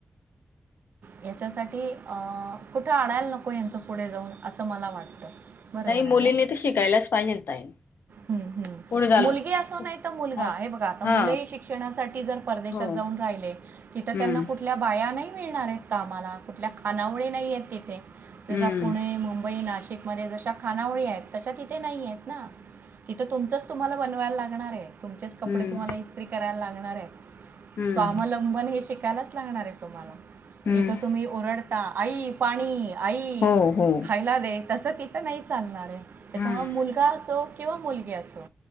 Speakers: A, on the right (about 70°); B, on the left (about 85°).
A: ह्याच्यासाठी अं कुठं आडायला नको यांचं पुढे जाऊन असं मला वाटतं. बरोबर
B: नाही
A: आहे
B: मुलींनी
A: ना?
B: तर शिकायलाच पाहिजेल ताई.
A: हं, हं.
B: पुढे झालं
A: मुलगी असो नाही तर मुलगा
B: मग
A: हे बघा आता
B: हा
A: मुलंही शिक्षणासाठी जर परदेशात
B: हो
A: जाऊन राहिले तिथं
B: हम्म
A: त्यांना कुठल्या बाया नाही मिळणार आहेत आम्हाला कुठल्या खानावळी नाही आहेत तिथे जसा
B: हम्म
A: पुणे, मुंबई, नाशिकमध्ये जशा खानावळी आहेत तशा तिथे नाही आहेत ना तिथं तुमचंच तुम्हाला बनवायला लागणार आहे. तुमचेच कपडे
B: हम्म
A: तुम्हाला इत्री करायला लागणार आहे
B: हम्म
A: स्वावलंबन हे शिकायलाच शिकायचं लागणार आहे तुम्हाला.
B: हम्म
A: इथ तुम्ही ओरडता आई पाणी आई
B: हो हो
A: खायला दे तसं तिथं नाही चालणार आहे त्याच्यामुळं
B: हम्म
A: मुलगा असो किंवा मुलगी असो